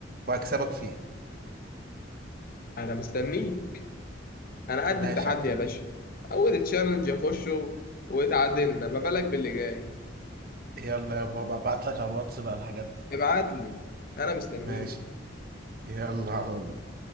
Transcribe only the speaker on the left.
انا مستنيك انا قد
التحدي
يا باشا اول تشالنج اخشه واتعادلنا ما بالك باللي جاي
ابعت لي انا مستنيك